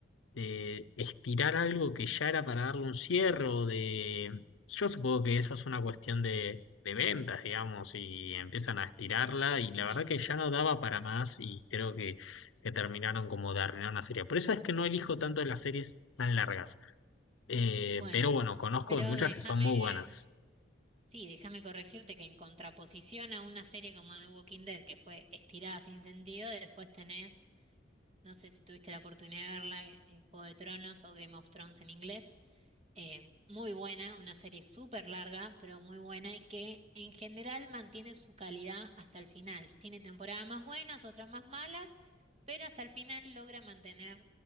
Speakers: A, on the left; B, on the right.
A: de estirar algo que ya era para darle un cierre o de... Yo supongo que eso es una cuestión de, de ventas, digamos, y empiezan a estirarla y la
B: Sí,
A: verdad que
B: sí.
A: ya no daba para más y creo que, que terminaron como de arruinar una serie. Por eso es que no elijo tanto las series tan largas, Eh,
B: Bueno,
A: pero bueno, conozco
B: pero
A: de muchas
B: déjame,
A: que son muy buenas.
B: sí, déjame corregirte que en contraposición a una serie como The Walking Dead, que fue estirada sin sentido, después tenés, no sé si tuviste la oportunidad de verla, eh, Juego de Tronos o Game of Thrones en inglés, eh, muy buena, una serie súper larga, pero muy buena y que en general mantiene su calidad hasta el final. Tiene temporadas más buenas, otras más malas, pero hasta el final logra mantener